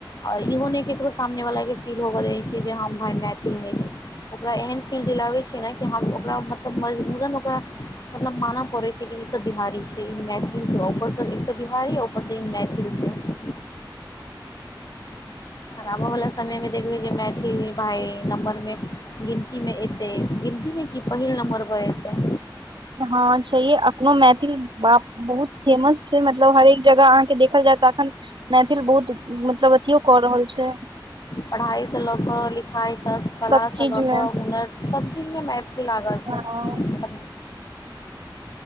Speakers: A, on the left; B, on the right.
A: और इहो ने केकरो सामने वाला के फील होव द छै। जे हम भाय मैथिल नय छै। ओकरा एहन फील दिलाबै छैयै ने कि हम ओकरा मतलब मजबूरन ओकरा मतलब मानऽ पड़ै छै कि ई सब बिहारी छै ई मैथिल छै पर सब एक त बिहारी ऊपर सँ ई मैथिल छै आबऽ वाला समय मे देखबै जे मैथिल भाइ नम्बर मे गिनती मे एतै गिनती मे की पहिल नम्बर पर एतै
B: हँ छै अपननो मैथिल बाप बहुत फेमस छै मतलब हरेक जगह अहाँके देखल जाए तऽ एखन मैथिल बहुत मतलब अथियो कऽ रहल छै
A: पढ़ाइ सँ लऽ कऽ लिखाइ तक कला
B: सब
A: सँ
B: चीज
A: लऽ
B: मे
A: कऽ हुनर सब चीज मे मै लागल छै
B: हँ